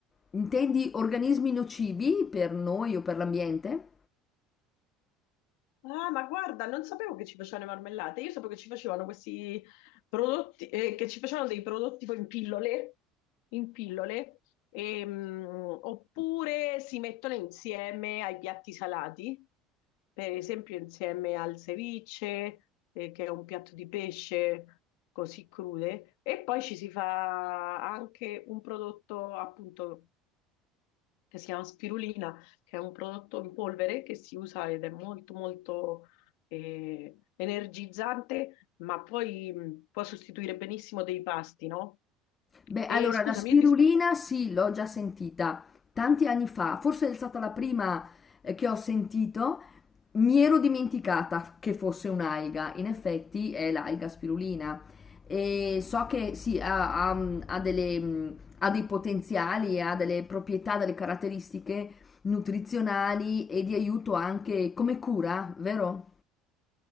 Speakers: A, on the left; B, on the left.
A: intendi organismi nocivi per noi o per l'ambiente?
B: Ah, ma guarda, non sapevo che ci facevano le marmellate. Io sapevo che ci facevano questi prodotti, eh, che ci facevano dei prodotti poi in pillole, in pillole, ehm, oppure si mettono insieme ai piatti salati, per esempio insieme al ceviche, eh, che è un piatto di pesce così crude, e poi ci si fa anche un prodotto appunto che si chiama spirulina, che è un prodotto in polvere che si usa ed è molto molto eh, energizzante, ma poi mh, può sostituire benissimo dei pasti, no?
A: Beh,
B: E
A: allora
B: scusami,
A: la spirulina
B: io ti sto
A: sì, l'ho già sentita tanti anni fa, forse è stata la prima eh, che ho sentito. Mi ero dimenticata che fosse un'alga, in effetti è l'alga spirulina. E so che sì, ha, ha- ha delle, mh, ha dei potenziali, ha delle proprietà, delle caratteristiche nutrizionali e di aiuto anche come cura, vero?